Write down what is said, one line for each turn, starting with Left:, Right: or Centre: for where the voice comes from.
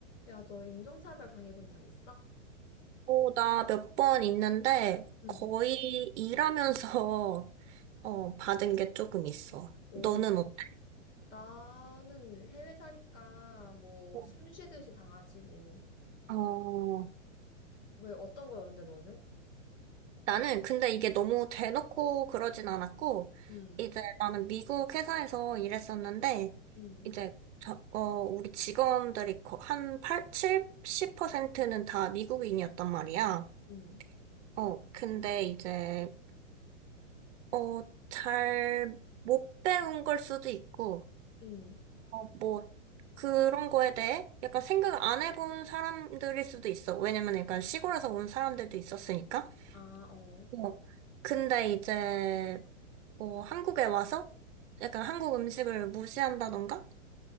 Left: 야, 너 인종차별 당해본 적 있어?
Right: 어, 나 몇 번 있는데
Left: 응,
Right: 거의 일하면서 <laughs> 어, 받은 게 조금 있어.
Left: 오,
Right: 너는 어때?
Left: 나는 해외 사니까 뭐
Right: 어.
Left: 숨 쉬듯이 당하지 뭐.
Right: 어,
Left: 왜 어떤 거였는데 너는?
Right: 나는 근데 이게 너무 대놓고 그러진 않았고,
Left: 응,
Right: 이제 나는 미국 회사에서 일했었는데,
Left: 응,
Right: 이제, 저, 어, 우리 직원들이 거- 한 8, 70%는 다 미국인이었단 말이야.
Left: 응.
Right: 어, 근데 이제, 어, 잘 못 배운 걸 수도 있고,
Left: 응.
Right: 뭐 그런 거에 대해 약간 생각 안 해본 사람들일 수도 있어. 왜냐면 약간 시골에서 온 사람들도 있었으니까.
Left: 아, 어.
Right: 뭐 근데 이제 뭐 한국에 와서 약간 한국 음식을 무시한다던가?